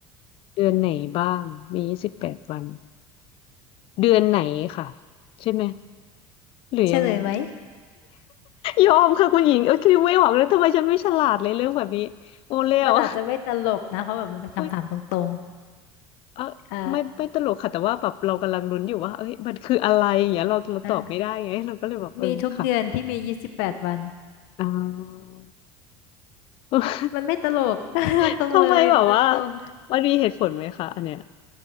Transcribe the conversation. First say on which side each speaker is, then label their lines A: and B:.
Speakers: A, on the left; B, on the left.
A: เดือนไหนบ้างมียี่สิบแปดวันเดือนไหนค่ะใช่ไหมหรือยังไง
B: เฉลยไหม
A: ยอมค่ะคุณหญิงเออคิดไม่ออกเลยทำไมฉันไม่ฉลาดเลยเรื่องแบบนี้โอเล่ว
B: มันอาจจะไม่ตลกนะเพราะแบบมันเป็นคำถามตรง
A: <laughs> เอยเออไม่ไม่ตลกค่ะแต่ว่าแบบเรากำลังลุ้นอยู่ว่าเอ้ยมันคืออะไรอย่างเงี้ยเราเราตอบไม่ได้ไง
B: ๆอ่าอ่า
A: <laughs> เราก็เลยแบบเออค่ะ
B: มีทุกเดือนที่มียี่สิบแปดวัน
A: อ่า <laughs>
B: มันไม่ตลก <laughs> มันตรงเลยมันตรง
A: ทำไมแบบว่ามันมีเหตุผลไหมคะอันเนี้ย